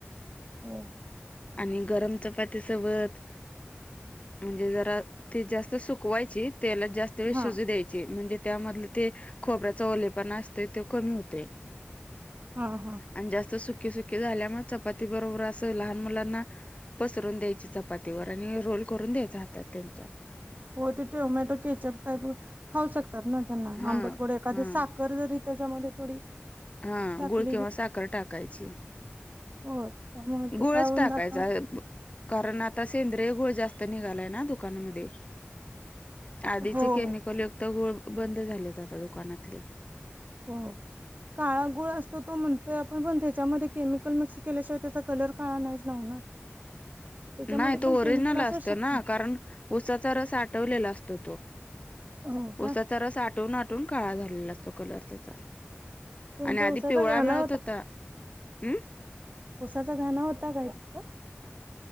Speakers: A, on the right; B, on the left.
A: हो.
B: आणि गरम चपाती सोबत म्हणजे जरा ती जास्त सुकवायची त्याला जास्त ते
A: हा
B: शिजू द्यायचे म्हणजे त्यामधलं ते खोबऱ्याचा ओलेपणा असतोय त्यो कमी होतोय
A: हा हा.
B: आणि जास्त सुके सुके झाल्यामुळे चपाती बरोबर असं लहान मुलांना पसरून द्यायची चप पातीवर आणि रोल करून द्यायचे हातात त्यांच्या
A: हो ते टोमॅटो केचप टाकून खाऊ शकतात ना त्यांना
B: हा
A: आंबटगोड एखादे
B: हा
A: साख कलर जरी त्याच्यामध्ये थोडी
B: हा
A: टाकली
B: गुळ किंवा
A: की
B: साखर टाकायची.
A: हो त्यामुळे ते
B: गुळच
A: काय होऊन
B: टाकायचा
A: जातं
B: कारण आता सेंद्रिय गुळ जास्त आता निघालाय ना दुकामध्ये. आधीचे
A: हो
B: केमिकल
A: हो
B: युक्त गुळ बंद झालेत आता दुकानातले
A: हो काळा गुळ असतो तो म्हणतोय आपण पण त्याच्यामध्ये केमिकल मिक्स केल्याशिवाय त्याचा कलर काळा नाहीच ना होणार. त्याच्यामध्ये
B: नाय तो
A: पण
B: ओरिजनल
A: केमिकल असूच
B: असतो
A: शकतात.
B: ना कारण ऊसाचा रस आटवलेला असतो तो
A: हो का
B: ऊसाचा रस आटवून आट कून काळा झालेला असतो कलर त्याचा
A: तुमचा
B: आणि आधी
A: उसाचा
B: पिवळा
A: घाना
B: मिळत होता हम्म.
A: उसाच घाणा होता काय तुमचा?